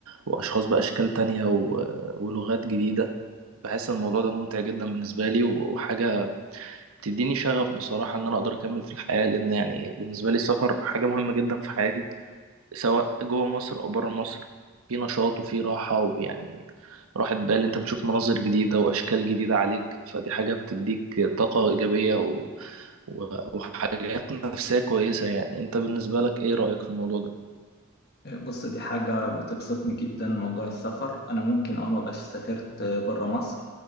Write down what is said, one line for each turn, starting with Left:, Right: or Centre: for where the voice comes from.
Right: واشخاص باشكال تانية و... ولغات جديده بحس ان الموضوع ده ممتع جدا بالنسبه لي و- وحاجه بتديني شغف بصراحه ان انا اقدر اكمل في الحياه لان يعني بالنسبه لي السفر حاجه مهمه جدا في حياتي سواء جوه مصر او بره مصر في نشاط وفي راحه ويعني راحه بال انت بتشوف مناظر جديده واشكال جديده عليك فدي حاجه بتديك طاقه ايجابيه و... و... وحاجات نفسيه كويسه يعني انت بالنسبه لك ايه رايك في الموضوع ده
Left: بص دي حاجة بتبسطني جدا موضوع السفر أنا ممكن أه مبقاش سافرت برا مصر